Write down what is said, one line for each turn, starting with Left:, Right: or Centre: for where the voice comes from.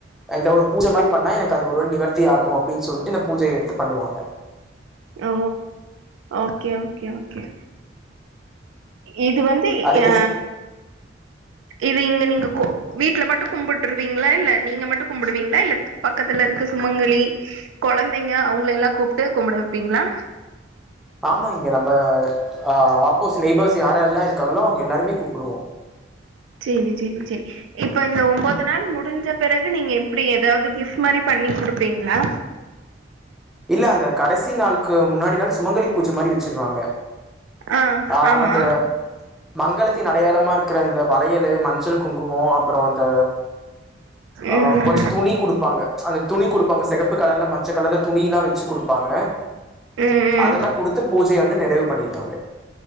Centre: அத ஒரு பூஜ மாரி பண்ணா எனக்கு அது ஒரு நிவர் தி ஆகு அப்டின்னு சொல்ட்டு இந்த பூஜயே எடுத்து பண்ணுவாங்க
Right: ஓ ஓகே ஓகே ஓகே இது வந்து
Centre: அடுத்தது
Right: ஏ இது இங்க நீங்க கொ வீட்ல மட்டு கும்புட்ருவீங்களா என்ன நீங்க மட்டு கும்புடுவீங்களா இல்ல பக்கத்துல இருக்கு சுமங்கலி கொழந்தைங்க அவங்கள எல்லா கூப்ட்டு கும்புட வைப்பீங்களா
Centre: ஆமா இங்க நம்ம ஆ ஆப்ஃபோஸ் நெய்பர்ஸ் யார் யார்ல்லா இருக்காங்களோ அவங்க எல்லாருமே கூப்புடுவோ
Right: செரி செரி செரி இப்ப இந்த ஒன்பது நாள் முடிஞ்ச பிறகு நீங்க எப்டி ஏதாவது கிஃப்ட் மாரி பண் ணி குடுப்பீங்களா
Centre: இல்ல அந்த கடைசி நாளுக்கு முன்னாடி நாள் சுமங்கலி பூஜ மாரி வெச்சிருவாங்க
Right: ஆ
Centre: அ
Right: ஆமா
Centre: அந்த மங்களத்தின் அடையாளமா இருக்குற அந்த வளையலு மஞ்சள் குங்குமோ அப்புறோ அந்த ஆ
Right: ம்
Centre: கொஞ்ச துணி குடுப்பாங்க அந்த துணி குடுப்பாங்க செகப்பு கலர்ல மஞ்ச கலர்ல துணியெல்லா வெச்சு குடுப்பாங்க
Right: ம்
Centre: அதெல்லா
Right: ம்
Centre: குடுத்து பூஜைய வந்து நெறைவு பண்ணிப்பாங்க